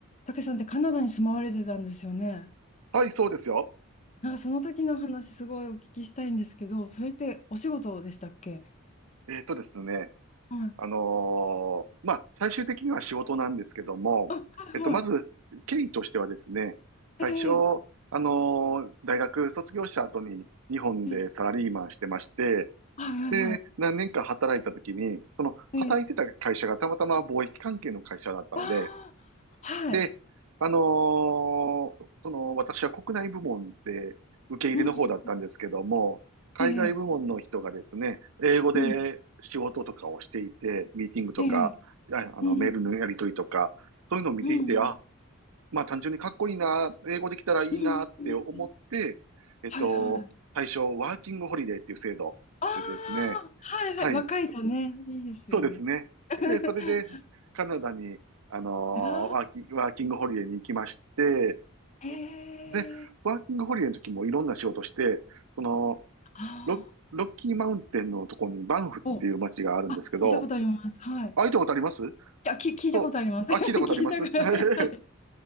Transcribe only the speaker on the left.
たけさんってカナダに住まわれてたんですよね。
なんかその時の話すごいお聞きしたいんですけど、それってお仕事でしたっけ
はい。
あ、はいは
い。ええ
ええはいはいは
い。ええああ、はい。
うんうん。
ええ
うん。
ええ
うん
うんうん
うんうんうん
はいはい。
ああ、はいはい。
若いとね、いいですよね。
<laughs>
あ
あ、へえ、
あ
あ、お、あ、聞いたことあります。はい。
いや、き、聞いたことあります。
<laughs> 聞いたこと、
はい。